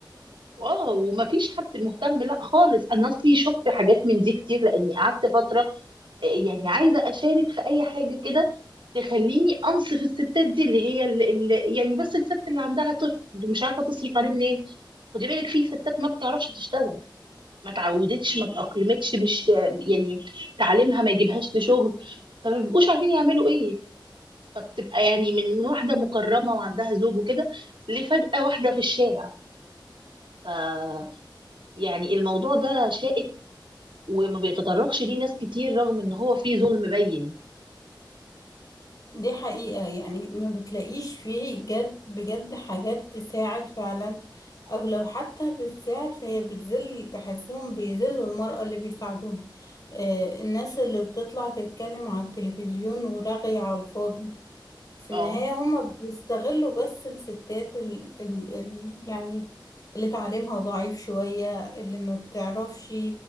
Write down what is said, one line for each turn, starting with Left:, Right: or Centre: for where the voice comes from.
Right: واو ومفيش حد مهتم لا خالص انا اصلي شفت حاجات من دي كتير لاني قعدت فترة يعني عايزه اشارك في اي حاجه كده تخليني انصف الستات دي اللي هي اللي اللي يعني بس الست اللي عندها طفل مش عارفه تصرف عليه منين خدي بالك في ستات ما بتعرفش تشتغل ما تعودتش ما تأقلمتش مش يعني تعليمها ما يجيبهاش لشغل فما بيبقوش عارفين يعملوا ايه فبتبقى يعني من من واحده مكرمه وعندها زوج وكده لفجأة واحده في الشارع ف يعني الموضوع ده شائك وما بيتطرقش ليه ناس كتير رغم ان هو فيه ظلم بين
Left: دي حقيقة يعني ما بتلاقيش فيه جد بجد حاجات تساعد فعلا او لو حتى بتساعد فهي بتذل بحسهم بيذلوا المرأة اللي بيساعدوها آه الناس اللي بتطلع تتكلم على التلفزيون ورغي على الفاضي في
Right: اه
Left: النهاية هما بيستغلوا بس الستات ال ال ال يعني اللي تعليمها ضعيف شوية اللي ما بتعرفش